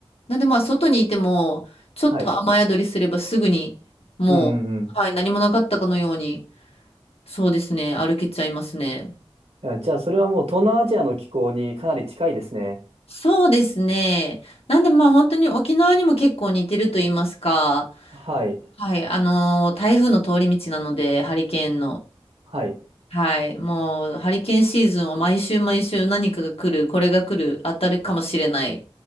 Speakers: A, on the left; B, on the right.
A: なんでまあ、外にいても、ちょっと雨宿りすればすぐに、
B: はい。
A: もう、
B: うんうんうん。
A: はい、何もなかったかのように、そうですね、歩けちゃいますね。
B: いやじゃあ、それはもう東南アジアの気候にかなり近いですね。
A: そうですね。なんでまあ、本当に沖縄にも結構似てると言いますか、
B: はい。
A: はい、あのー台風の通り道なので、ハリケーンの。
B: はい。
A: はい、もう、ハリケーンシーズンは毎週毎週何かが来る、これが来る、当たるかもしれない、